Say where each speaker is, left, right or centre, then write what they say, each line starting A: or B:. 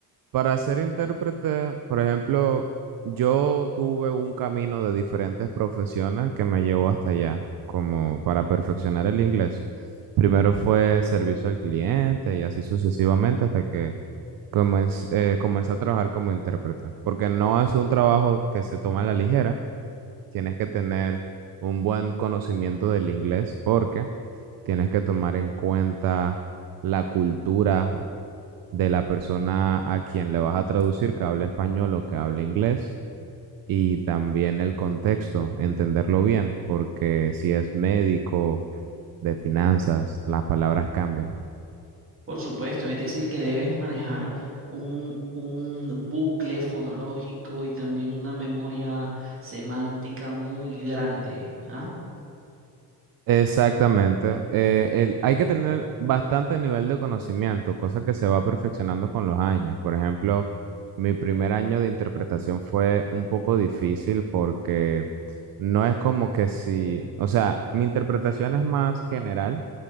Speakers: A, on the right; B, on the right.
A: para ser intérprete, por ejemplo, yo tuve un camino de diferentes profesiones que me llevó hasta allá, como para perfeccionar el inglés. Primero fue servicio al cliente y así sucesivamente hasta que comenz- eh, comencé a trabajar como intérprete, porque no es un trabajo que se toma a la ligera, tienes que tener un buen conocimiento del inglés porque tienes que tomar en cuenta la cultura de la persona a quien le vas a traducir, que hable español o que hable inglés, y también el contexto, entenderlo bien, porque si es médico, de finanzas, las palabras cambian.
B: Por supuesto, es decir, que debes manejar un, un bucle fonológico y también una memoria semántica muy grande, ¿ah?
A: Exactamente. Eh, el- hay que tener bastante nivel de conocimiento, cosa que se va perfeccionando con los años. Por ejemplo, mi primer año de interpretación fue un poco difícil porque no es como que si, o sea, mi interpretación es más general.